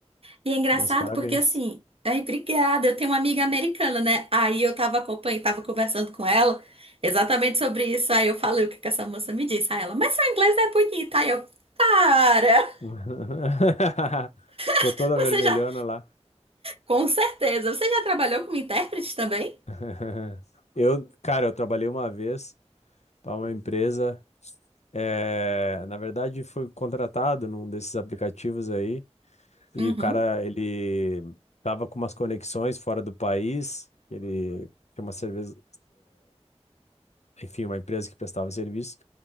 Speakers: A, on the right; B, on the left.
A: E é engraçado
B: Meus parabéns.
A: porque assim, ai, obrigada, eu tenho uma amiga americana, né? Aí eu tava acompanhando, tava conversando com ela exatamente sobre isso. Aí eu falei o que que essa moça me disse. Aí ela, mas seu inglês não é bonito. Aí eu, para!
B: <laughs> Ficou
A: <laughs>
B: toda
A: Você
B: vermelhona
A: já,
B: lá.
A: com certeza, você já trabalhou como intérprete também?
B: <laughs> Eu, cara, eu trabalhei uma vez para uma empresa. É, na verdade, foi contratado num desses aplicativos aí, e
A: Uhum,
B: o cara, ele tava com umas conexões fora do país, ele tem uma cerveja, enfim, uma empresa que prestava serviço,